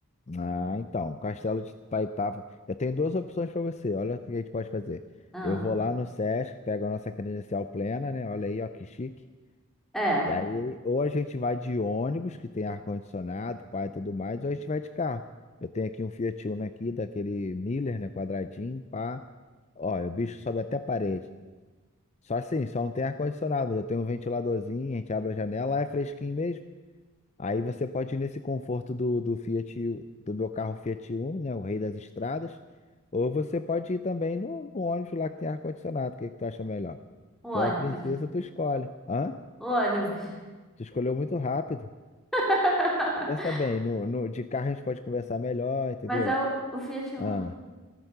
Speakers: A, on the left; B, in the centre.
A: Ah, então, Castelo de Itaipava. Eu tenho duas opções para você. Olha o que a gente pode fazer.
B: Ah,
A: Eu vou lá no SESC, pego a nossa credencial plena, né? Olha aí, ó, que chique.
B: é,
A: E aí, ou a gente vai de ônibus, que tem ar-condicionado, pá e tudo mais, ou a gente vai de carro. Eu tenho aqui um Fiat Uno aqui, daquele Miller, né? Quadradinho, pá. Olha, o bicho sobe até a parede. Só assim, só não tem ar-condicionado, mas eu tenho um ventiladorzinho, a gente abre a janela, lá é fresquinho mesmo. Aí você pode ir nesse conforto do, do Fiat, do meu carro Fiat Uno, né? O rei das estradas. Ou você pode ir também no, no ônibus lá que tem ar-condicionado. O que, que tu acha melhor?
B: o ônibus.
A: Tu é a princesa, tu escolhe. Hã?
B: O ônibus.
A: Tu escolheu muito rápido.
B: <laughs>
A: Pensa bem, no, no, de carro a gente pode conversar melhor, entendeu?
B: Mas é o, o Fiat Uno.
A: Ah.